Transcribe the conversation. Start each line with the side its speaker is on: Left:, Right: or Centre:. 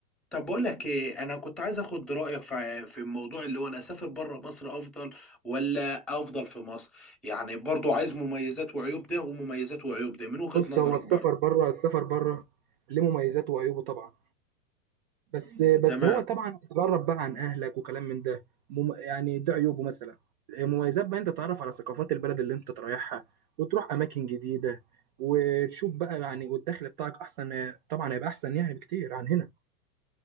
Centre: طب بقول لك ايه انا كنت عايز اخد رايك في في الموضوع اللي هو انا اسافر بره مصر افضل ولا افضل في مصر يعني برضو عايز مميزات وعيوب ده ومميزات وعيوب ده من وجهة
Right: بص
Centre: نظرك
Right: هو السفر
Centre: برضو
Right: بره السفر بره ليه مميزاته وعيوبه طبعا بس بس
Centre: تمام
Right: هو طبعا تتغرب بقى عن اهلك وكلام من ده مم يعني ده عيوبه مثلا مميزات بقى انت تتعرف على ثقافات البلد اللي انت رايحها وتروح اماكن جديده وتشوف بقى يعني والدخل بتاعك احسن طبعا هيبقى احسن يعني بكتير عن هنا